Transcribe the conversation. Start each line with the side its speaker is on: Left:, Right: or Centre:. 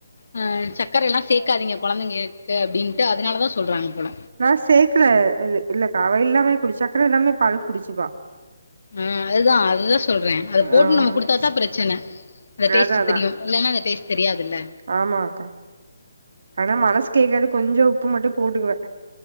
Left: ஆ சர்க்கர எல்லா சேக்காதீங்க கொழந்தைங்களுக்கு அப்டின்ட்டு அதனாலதா சொல்றாங்க போல
Right: நா சேக்கல இல்ல கா அவ இல்லாமே குடிச்ச சக்கர இல்லாமயே பால் குடிச்சுப்பா
Left: ஆ அது தா அதுதா சொல்றே அத போட்டு
Right: ஆ
Left: நம்ம கொடுத்தா தா பிரச்சன அந்த டேஸ்ட்
Right: அதா அதா
Left: தெரியு இல்லனா அந்த டேஸ்ட் தெரியாதில்ல
Right: ஆமா அக்கா ஆனா மனசு கேக்காது கொஞ்சொ உப்பு மட்டு போட்டுக்குவ